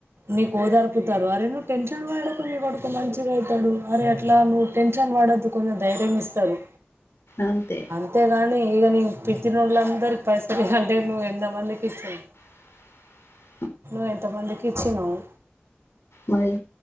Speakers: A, on the right; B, on the left.
A: నీకు ఓదరుపుతారు అరే నువ్వు టెన్షన్ వాడకు మీ కొడుకు మంచిగా అయితాడు అరే అట్లా నువ్వు టెన్షన్ వాడొద్దు కొంచెం ధైర్యం ఇస్తారు
B: అంతే
A: అంతేగాని ఇగ నీ పిత్తినోళ్ళందరికి పైసలు ఇయి కంటే నువ్వు ఎంత మందికి ఇస్తావు
B: <inaudible>
A: నువ్వ ఎంత మందికి ఇచ్చినావు
B: మరీ